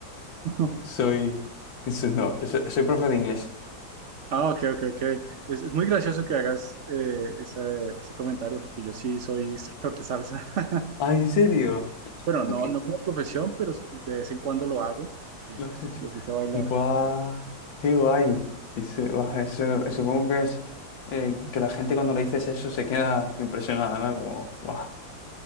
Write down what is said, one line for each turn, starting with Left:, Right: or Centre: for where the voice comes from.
Right: <laughs>
Left: Soy, eso no, so- soy, profe de inglés.
Right: Ah, ok, ok, ok. Es, es muy gracioso que hagas eh, esa- ese comentario porque yo sí soy instructor de salsa. <laughs>
Left: Ah, ¿en serio?
Right: Bueno, no,
Left: Ah, ¿qué?
Right: no como profesión, pero de vez en cuando lo hago porque
Left: ¿Lo has
Right: pues,
Left: hecho?
Right: me gusta bailar.
Left: ¡Guau! ¡Qué guay! Eso, guau, eso- supongo que es eh, que la gente cuando le dices eso se queda impresionada, ¿no? Como, ¡guau!